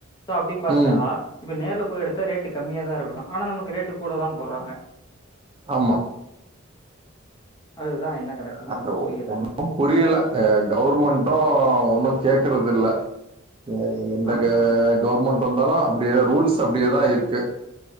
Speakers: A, on the left (about 20°); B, on the right (about 25°).
A: சோ அப்டி பாத்தா
B: ம்
A: இப்போ நேர் ல போய் எடுத்தா ரேட்டு கம்மியா தா இருகணு ஆனா நமக்கு ரேட்டு கூட தா போற்றாங்க
B: ஆமா
A: அதுதா என்ன கணக்குன்னு
B: அது
A: ஒண்ணும் புரியல
B: புரியல அ கவுர்மெண்டு
A: ஆ.
B: ஒன்னு கேக்குறது இல்ல <unintelligible> எந்த
A: ஆமாங்க
B: கவுர்மெண்டு வந்தாலு அப்டியே ரூல்ஸ் அப்டியேதா இருக்கு